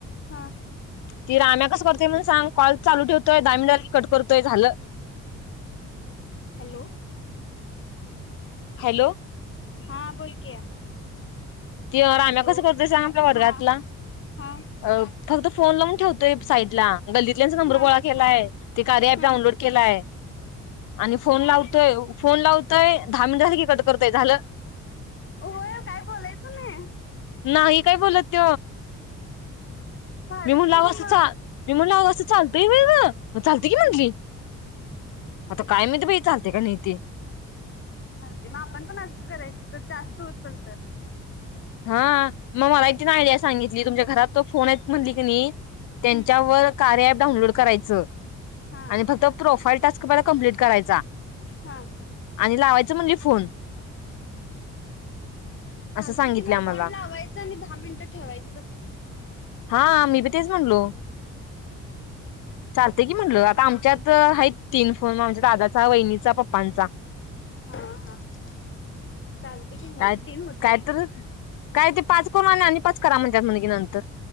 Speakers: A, on the left; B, on the left.
A: ह
B: ति रा आम्या कस करतयण सांग कॉल चालू ठवतोय दामिली कट करतोय झालं.
A: हॅलो-
B: हॅलो
A: हा बोल की
B: ते राम्या
A: हॅलो
B: कसं करतय सांग आपल्या वर्गातला?
A: हा हा
B: अ फक्त फोन लावून ठेवतोय साईड ला गल्दीतल्याचा नंबर
A: हा
B: गोळा केलाय. ते कार्य ॲप
A: हा
B: डाऊनलोड
A: हा.
B: केलं आहे. आणि फोन लावतोय फोन लावतोय दहा मिनिटसाठी कट करतय झालं.
A: होय काय बोलायचं नाही.
B: नाही काय बोलत त
A: भारीच
B: मी म्ह लावासचा
A: की ग मग
B: मी म्हणून ना अससं चालतंय म चालते की म्हटली
A: हम्म.
B: आता काय माहिती बाई चालते का नाही ते
A: ते मग आपण पण अजू करायच ज जास्त असल तर <unintelligible>
B: हा मग मला एक तिन आइड्या सांगितली तुमच्या घरात तो फोन आहेत म्हटली की नाही
A: हम्म.
B: त्यांच्यावर, कार्या अॅप डाउनलोड करायच आणि
A: हा
B: फक्त प्रोफाईल टास्क कमप्लीट करायचा
A: हा
B: आणि लावायचं म्हणजे फोन
A: चालते
B: असं सांगितल्या
A: की मग
B: मला
A: फोन लावायचं आणि दहा मिनिटं ठेवायचं तसंच
B: हा मी बी तेच म्हणलो चालते की म्हटलं आता आमच्यात आहे तीन फोन आमच्या दादाचा वहिनीचा पप्पांचा,
A: हा हा चालते कि म
B: काय
A: तीन होतातच
B: काय तर काय ते पाच कर आणि पाच करा म्हणतात म्हण की नंतर